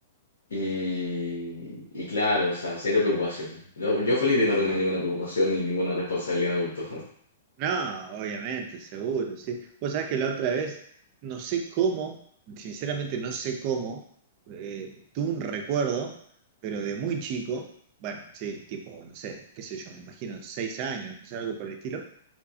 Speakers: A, on the left; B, on the right.
A: Y, y claro, o sea, cero preocupación. Yo, yo feliz de no tener ninguna preocupación ni ninguna responsabilidad de adulto.
B: No, obviamente, seguro, sí. Vos sabés que la otra vez, no sé cómo, sinceramente no sé cómo, eh, tuve un recuerdo, pero de muy chico, bueno, sí, tipo, no sé, qué sé yo, me imagino seis años, no sé, algo por el estilo,